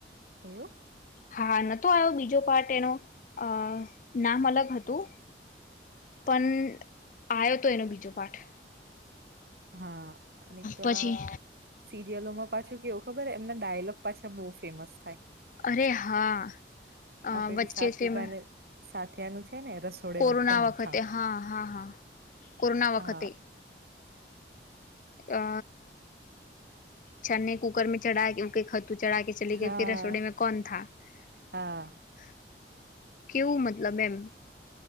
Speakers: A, on the right (about 60°); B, on the left (about 45°).
A: એવું
B: હા નતો આવ્યો બીજો પાર્ટ એનો અ નામ અલગ હતું પણ આવ્યો તો એનો બજ બીજું પાઠ
A: હા અને તો
B: પછી
A: આ સિરિયલોમાં પાછું કેવું ખબર હ ડાયલોગ પાછા બહુ ફેમસ થાય
B: અરે હા
A: આ પેલીું
B: વચ્ચે
A: સાતનીભને
B: ફેમ
A: સાનું છે ને રસોડે
B: કોરોના
A: મે કોણ
B: વખતે
A: થા
B: હા હા હા કોરોના વખતે
A: હા
B: અ છને કુકર મે ચઢા ખ તું ચઢા કે ચલી ગઈ
A: હા
B: ફર રસોડે મે કોણ થ
A: હા
B: કેવું મતલબ એમ